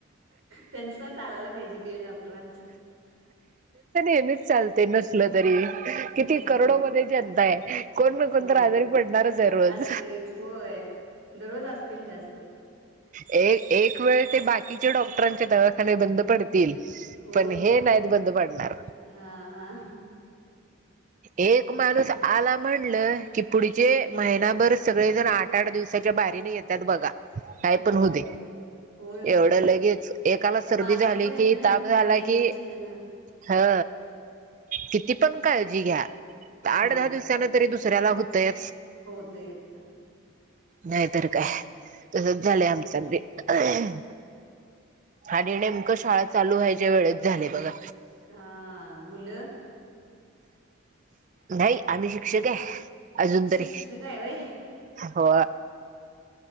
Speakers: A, on the right; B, on the right.
A: त्यांच ना चालायला पाहिजे केळ डॉक्टरांचं
B: च चालते नसल तरी किती
A: होय,
B: करडो मध्ये जनता आहे. कोण न कोण
A: होय.
B: तर आजारी पडणारच आहे रोज.
A: असतंयच. होय. दररोज असतील जास्त.
B: एक वेळ ते बाकी. बाकीचे डॉक्टरांच्या दवाखाने बंद पडत पण
A: होय,
B: हे
A: होय.
B: नाहीत बंद पडणार.
A: हां, हां.
B: एक माणूस.. आला म्हणलं की पुढचे महिनाभर सगळेजण आठ आठ दिवसाच्या बाहेरने येतात बघा. नाहीय
A: होय.
B: पण होऊ दे.
A: होय, होय.
B: एवढं लगेच
A: ते
B: एकाला सर्दी
A: वासाच्या
B: झाली
A: ह्याच्याने
B: कि
A: होतंय.
B: ताप झाला
A: होय, एकट्याच्या
B: की.
A: ह्याच्यानं.
B: हा किती, पण काळजी घ्या
A: होय.
B: आठ दहा दिवसान तरी दुसऱ्याला होतय.
A: हो तेच
B: नाहीतर काय तसच झालंय आमचं आणि आणि नेमक शाळा चालू व्हायच्या वेळेत झाले बघा.
A: हा मुलं.
B: नाही आम्ही शिक्षक आहे. अजून
A: शिक्षिका
B: तरी
A: हायवे
B: हो